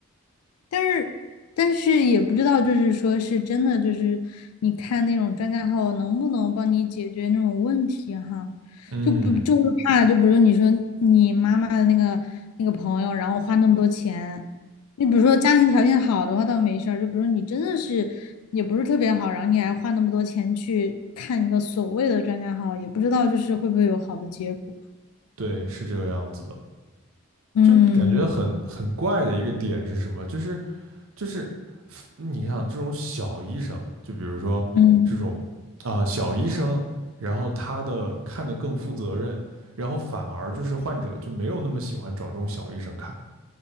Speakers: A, on the left; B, on the right.
A: 但是但是也不知道，就是说是真的，就是你看那种专家号能不能帮你解决那种问题哈，
B: 嗯，
A: 就不就是怕，就比如你说你妈妈的那个那个朋友，然后花那么多钱，你比如说家庭条件好的话倒没事儿，就比如你真的是也不是特别好，然后你还花那么多钱去看一个所谓的专家号，也不知道就是会不会有好的结果。
B: 对，是这个样子的。
A: 嗯
B: 就感觉很很怪的一个点是什么？就是就是你想这种小医生，就比如说这种啊、
A: 嗯，
B: 小医生，然后他的看得更负责任，然后反而就是患者就没有那么喜欢找这种小医生看。